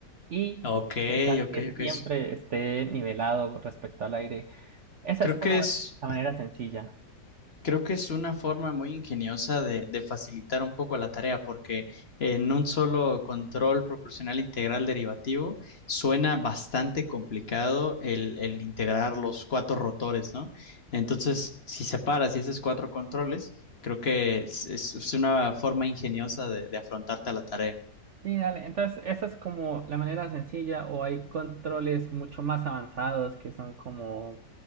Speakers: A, on the right (about 60°); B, on the left (about 40°).
A: y
B: Ok,
A: intentar
B: ok,
A: que siempre
B: ok.
A: esté nivelado respecto al aire. Esa
B: Creo
A: es como
B: que es
A: la manera sencilla.
B: Creo que es una forma muy ingeniosa de, de facilitar un poco la tarea, porque en un solo control proporcional integral derivativo suena bastante complicado el, el integrar los cuatro rotores, ¿no? Entonces, si separas y haces cuatro controles, creo que es, es- es una forma ingeniosa de, de afrontarte a la tarea.
A: Sí, dale. Entonces, esa es como la manera sencilla o hay controles mucho más avanzados que son como